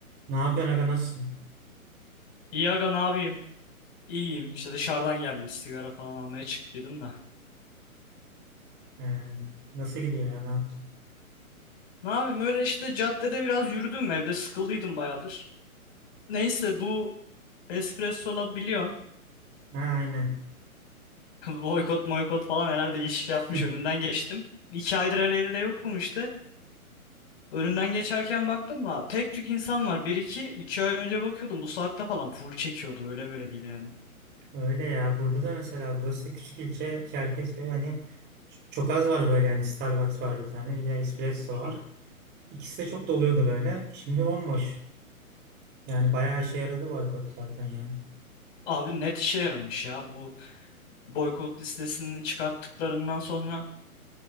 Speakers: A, on the right; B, on the left.
A: Ne yapıyorsun aga nasılsın?
B: İyi aga ne yapayım? İyiyim. İşte dışarıdan geldim. Sigara falan almaya çıktıydım da.
A: Ee, nasıl gidiyor ya ne yaptın?
B: Ne yapayım? Öyle işte caddede biraz yürüdüm. Evde sıkıldıydım bayağıdır. Neyse bu Espresso'la biliyorsun.
A: Ha aynen.
B: <laughs> Boykot boykot falan herhalde iş
A: <laughs>
B: yapmış. Önünden geçtim. İki aydır Ereğli'de yokum işte. Önünden geçerken baktım da tek tük insan var. Bir iki, iki ay önce bakıyordum. Bu saatte falan full çekiyordu. Öyle böyle değil yani.
A: Öyle ya burada da mesela burası da küçük ilçe Çerkezköy hani ç- çok az var böyle hani Starbucks var bir tane bir de espresso
B: Hı
A: var.
B: hı.
A: İkisi de çok doluyordu böyle. Şimdi bomboş. Yani bayağı işe yaradı boykot zaten ya.
B: Abi net işe yaramış ya bu boykot listesini çıkarttıklarından sonra